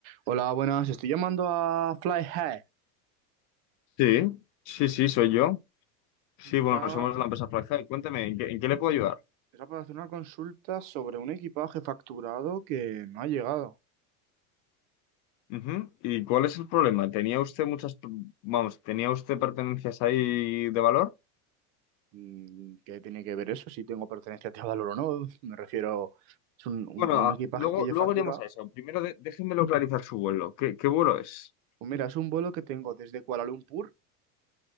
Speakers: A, on the right (about 55°); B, on the left (about 45°).
A: Hola, buenas. Estoy llamando a Fly High.
B: Sí, sí, sí, soy yo. Sí, bueno,
A: Era,
B: somos la empresa Fractal. Cuénteme, ¿en qué, en qué le puedo ayudar?
A: era para hacer una consulta sobre un equipaje facturado que no ha llegado.
B: Ujú. ¿Y cuál es el problema? ¿Tenía usted muchas, vamos, tenía usted pertenencias ahí de valor?
A: Mm, ¿Qué tiene que ver eso? Si tengo pertenencias de valor o no. Me refiero, es un, un-
B: Bueno, a-
A: un equipaje
B: luego,
A: que yo
B: luego
A: he facturado.
B: iremos a eso. Primero de- déjeme localizar su vuelo. ¿Qué, qué vuelo es?
A: Pues mira, es un vuelo que tengo desde Kuala Lumpur